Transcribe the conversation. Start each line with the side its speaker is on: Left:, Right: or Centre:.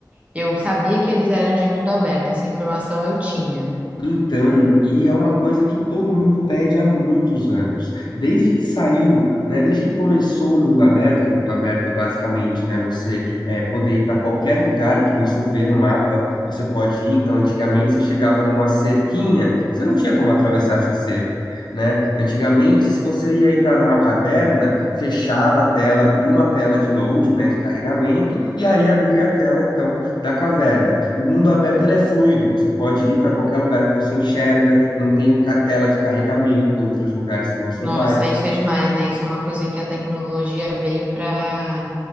Right: Eu sabia que eles eram de mundo aberto, essa informação eu tinha.
Left: Então, e é uma coisa que todo mundo pede há muitos anos. Desde que saiu, né, desde que começou o mundo aberto, que o mundo aberto é basicamente, né, você é, poder ir para qualquer lugar que você vê no mapa, você pode ir. Então, antigamente você chegava numa cerquinha, você não tinha como atravessar essa cerca, né? Antigamente, se você ia entrar numa caverna, fechava a tela, abria uma tela de loading, né, de carregamento, e aí abria a tela, então, da caverna. O mundo aberto ele é fluido, você pode ir para qualquer lugar que você enxerga, não tem ca- tela de carregamento entre os lugares que você
Right: Nossa,
Left: vai.
Right: isso é demais, né? Isso é uma coisa que a tecnologia veio para